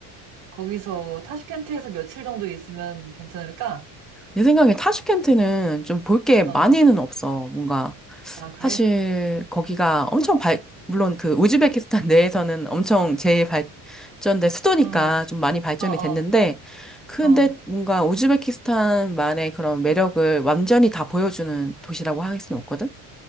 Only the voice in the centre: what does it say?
내 생각에 타슈켄트는 좀 볼 게 많이는
없어. 뭔가
사실 거기가 엄청 발 물론 그 우즈베키스탄 <laughs> 내에서는 엄청 제일 발전된 수도니까
좀 많이 발전이
됐는데 근데
뭔가 우즈베키스탄만의 그런 매력을 완전히 다 보여주는 도시라고 할 수는 없거든.